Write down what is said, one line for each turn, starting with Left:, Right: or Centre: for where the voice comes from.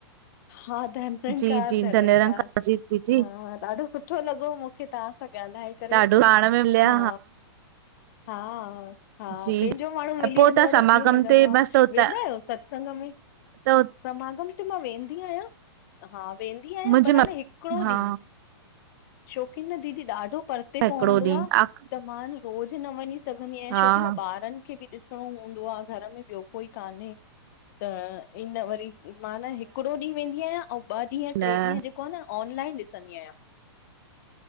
Left: हा धनधनकार
Right: जी जी
Left: धनंकार,
Right: त निरंकार जी दीदी
Left: हा ॾाढो सुठो लॻो मूंखे तव्हां सां ॻाल्हाए करे,
Right: ॾाढो पाण में मिलिया
Left: हा। हा हा,
Right: जी
Left: पंहिंजो माण्हू मिली
Right: पो
Left: वेंदो आ
Right: समागम
Left: त कीअं लॻंदो
Right: ते
Left: आ।
Right: मस्त हुतां
Left: वेंदा आहियो सत्संग में,
Right: त
Left: समागम ते मां वेंदी आहियां, हा वेंदी आहियां
Right: मुंहिंजी
Left: पर
Right: म
Left: न हिकिड़ो
Right: हा
Left: ॾींहुं। छोकी न दीदी ॾाढो परते
Right: हिकिड़ो
Left: पवंदो
Right: ॾींहुं
Left: आ, त मां न रोज़ न वञी सघंदी आहियां,
Right: आ
Left: छोकी
Right: हा
Left: न ॿारनि खे बि ॾिसणो हूंदो आ, घर में ॿियो कोई कान्हे, त इन वरी मां न हिकिड़ो ॾींहुं वेंदी आहियां। अंउ ॿ ॾींहं,
Right: न
Left: टे ॾींहं जेको आ न, ऑनलाइन ॾिसंदी आहिया